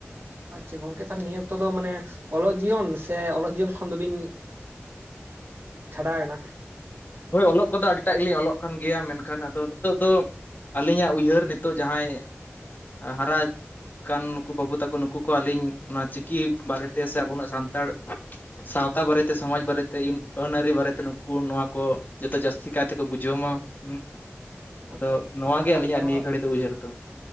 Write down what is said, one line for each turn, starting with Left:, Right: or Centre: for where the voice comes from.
Right: ᱟᱪᱪᱷᱟ ᱜᱚᱝᱠᱮ ᱛᱟᱞ ᱱᱤᱭᱟᱹ ᱚᱠᱛᱚ ᱫᱚ ᱢᱟᱱᱮ ᱚᱞᱚᱜ ᱡᱤᱭᱚᱱ ᱥᱮ ᱚᱞᱚᱜ ᱡᱤᱭᱚᱱ ᱠᱷᱚᱱ ᱫᱚᱵᱤᱱ ᱪᱷᱟᱰᱟᱣ ᱮᱱᱟ᱾
Left: ᱦᱳᱭ ᱚᱞᱚᱜ ᱠᱚᱫᱚ ᱟᱹᱰᱤᱴᱟᱜ ᱜᱮᱞᱤᱧ ᱚᱞᱚᱜ ᱠᱟᱱ ᱜᱮᱭᱟ ᱢᱮᱱᱠᱷᱟᱱ ᱟᱫᱚ ᱱᱤᱛᱚᱜ ᱫᱚ ᱟᱹᱞᱤᱧᱟᱜ ᱩᱭᱦᱟᱹᱨ ᱱᱤᱛᱚᱜ ᱡᱟᱦᱟᱸᱭ ᱦᱟᱨᱟᱜ- -ᱠᱟᱱ ᱱᱩᱠᱩ ᱵᱟᱹᱵᱩ ᱛᱟᱠᱚ ᱱᱩᱠᱩ ᱠᱚ ᱟᱹᱞᱤᱧ ᱚᱱᱟ ᱪᱤᱠᱤ ᱵᱟᱨᱮᱛᱮ ᱥᱮ ᱟᱵᱚᱱᱟᱜ ᱥᱟᱱᱛᱟᱲ ᱥᱟᱶᱛᱟ ᱵᱟᱨᱮᱛᱮ ᱥᱚᱢᱟᱡᱽ ᱵᱟᱨᱮᱛᱮ ᱟᱹᱱᱼᱟᱹᱨᱤ ᱵᱟᱨᱮᱛᱮ ᱱᱩᱠᱩ ᱱᱚᱣᱟ ᱠᱚ ᱡᱚᱛᱚ ᱡᱟᱹᱥᱛᱤ ᱠᱟᱭ ᱛᱮᱠᱚ ᱵᱩᱡᱷᱟᱹᱣ ᱢᱟ ᱦᱩ ᱟᱫᱚ
Right: ᱟᱪᱪᱷᱟ
Left: ᱱᱚᱣᱟ
Right: ᱢᱟᱱᱮ
Left: ᱜᱮ
Right: ᱚᱞᱚᱜ
Left: ᱟᱹᱞᱤᱧᱟᱜ
Right: ᱯᱟᱲᱦᱟᱣ
Left: ᱱᱤᱭᱟᱹ ᱜᱷᱟᱹᱲᱤ ᱫᱚ ᱩᱭᱦᱟᱹᱨ ᱫᱚ